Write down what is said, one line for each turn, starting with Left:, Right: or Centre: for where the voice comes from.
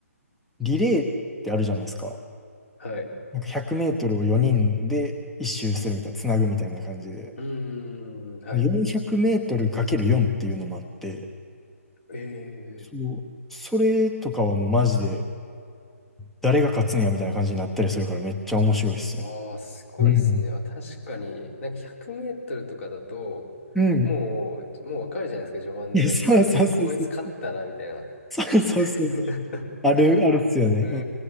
Centre: リレーってあるじゃないですか。
Left: はい。
Centre: なんか100メートルを4人で一周するみたいな、つなぐみたいな感じで。
Left: うーん。はい。
Centre: 400メートルかける4っていうのもあって、
Left: ええ
Centre: そう、それとかはもうマジで、誰が勝つんやみたいな感じになったりするからめっちゃ面白いっすね。
Left: ああ、すごいですね。
Centre: うん。
Left: あ、確かに。なんか100メートルとかだと、
Centre: うん。
Left: もう、もうわかるじゃないですか、序盤で。
Centre: いや、そうそうそうそう。
Left: あ、こいつ勝ったな、みたいな。
Centre: そうそうそうそう。
Left: <laughs>
Centre: ある、あるっすよね。
Left: う
Centre: うん、